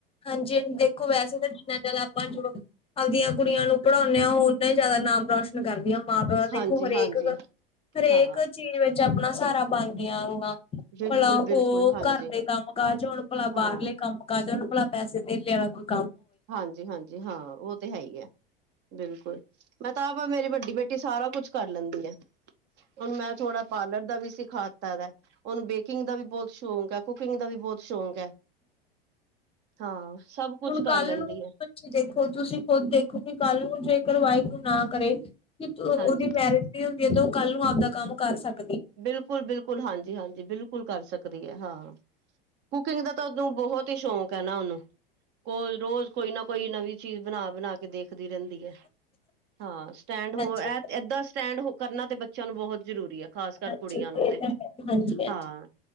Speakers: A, on the left; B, on the right.
A: ਹਾਂਜੀ ਦੇਖੋ ਵੈਸੇ ਤਾਂ ਜਿੰਨਾ ਜ਼ਿਆਦਾ ਜੋ ਆਪਦੀਆਂ ਕੁੜੀਆਂ ਨੂੰ ਪੜ੍ਹਾਉਂਦੇ ਆ ਉਹ ਉਹਨਾ ਹੀ ਜ਼ਿਆਦਾ ਨਾਮ ਰੋਸ਼ਨ ਕਰਦੀਆਂ। <inaudible> ਮਾਂ ਪਿਓ, ਤਾਂ ਦੇਖੋ
B: ਹਾਂਜੀ
A: ਹਰੇਕ
B: ਹਾਂਜੀ
A: ਹਰੇਕ
B: ਹਾਂ
A: ਚੀਜ਼ ਵਿੱਚ ਆਪਣਾ, ਸਹਾਰਾ ਬਣਦੇ ਹਨ।
B: ਬਿਲਕੁਲ
A: ਭਲਾ
B: ਬਿਲਕੁਲ
A: ਉਹ,
B: ਹਾਂਜੀ
A: ਘਰ ਦੇ ਕੰਮ ਕਾਜ ਹੁਣ ਭਲਾ
B: ਹਾਂ
A: ਬਾਹਰਲੇ ਕੰਮ ਕਾਜ, ਹਣ ਭਲਾ ਪੈਸੇ <unintelligible> <inaudible>
B: ਹਾਂਜੀ ਹਾਂਜੀ ਹਾਂ ਉਹ ਤੇ ਹੈ ਹੀ ਹੈ। ਬਿਲਕੁਲ, ਮੈਂ ਤਾਂ ਮੇਰੀ ਵੱਡੀ ਬੇਟੀ, ਸਾਰਾ ਕੁਝ ਕਰ ਲੈਂਦੀ ਆ। ਹੁਣ ਮੈਂ, ਥੋੜਾ ਪਾਰਲਰ ਐਂਵੀ ਸਿਖਾ ਤਾ ਹੈ ਉਹਨੂੰ ਬੇਕਿੰਗ ਦਾ, ਵੀ ਬਹੁਤ ਸ਼ੌਂਕ ਹੈ ਕੁਕਿੰਗ ਦਾ, ਵੀ ਬਹੁਤ ਸ਼ੌਕ ਹਾਂ, ਸਭ ਕੁਛ
A: ਹੁਣ ਕੱਲ
B: ਕਰ ਲੈਂਦੀ
A: ਨੂੰ,
B: ਹੈ
A: ਬੱਚੀ ਦੇਖੋ ਤੁਸੀਂ ਖੁਦ ਦੇਖੋ ਕਿ ਕੱਲ ਨੂੰ ਜੇ ਵਾਹਿਗੁਰੂ ਨਾ ਕਰੇ ਕਿ ਉਹਦੀ
B: ਹਾਂਜੀ
A: ਮੈਰਿਜ ਵੀ ਹੁੰਦੀ ਹੈ ਤੇ ਉਹ ਕੱਲ ਨੂੰ ਆਪਦਾ ਕੰਮ ਕਰ ਸਕਦਾ। <unintelligible>
B: ਬਿਲਕੁਲ ਬਿਲਕੁਲ ਹਾਂਜੀ ਹਾਂਜੀ ਬਿਲਕੁਲ, ਕਰ ਸਕਦੀ ਹੈ ਹਾਂ। ਕੁਕਿੰਗ ਦਾ ਤਾਂ ਉਸ ਨੂੰ ਬਹੁਤ ਹੀ ਸ਼ੌਕ ਹੈ, ਨਾ ਉਹਨੂੰ। ਕੋਲ ਰੋਜ਼, ਕੋਈ ਨਾ ਕੋਈ ਨਵੀਂ ਚੀਜ਼, ਬਣਾ ਬਣਾ ਕੇ ਦੇਖ ਪੜ੍ਹਦੀ ਰਹਿੰਦੀ ਆ, ਹਾਂ ਸਟੈਂਡ
A: ਹਾਂਜੀ
B: ਹੋ, ਏਦਾਂ ਸਟੈਂਡ ਹੋ ਕਰਨਾ ਤੇ ਬੱਚਿਆਂ ਨੂੰ ਬਹੁਤ ਜ਼ਰੂਰੀ ਹੈ? ਖ਼ਾਸ ਕਰ
A: ਹਾਂਜੀ
B: ਕੁੜੀਆਂ
A: ਇਹ
B: ਨੂੰ, ਤੇ
A: ਤਾਂ ਹੈ ਹਾਂਜੀ ਹਾਂਜੀ
B: ਹਾਂ